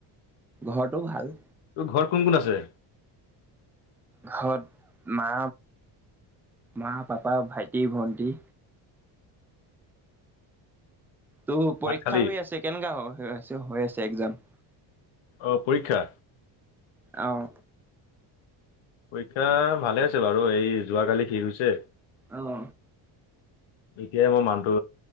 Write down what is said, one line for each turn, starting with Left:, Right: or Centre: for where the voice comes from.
Centre: ঘৰটো ভাল।
Left: তোৰ ঘৰত কোন কোন আছে?
Centre: ঘৰত মা মা -পাপা, ভাইটি- ভন্টি তোৰ পৰীক্ষা
Left: ভাত খালি
Centre: হৈ আছে কেনেকা হৈ আ হৈ আছে একজাম।
Left: অহ পৰীক্ষা।
Centre: অহ।
Left: পৰীক্ষা ভালে আছে বাৰু এই যোৱাকালি শেষ হৈছে।
Centre: অহ।
Left: এতিয়া মই মানটো।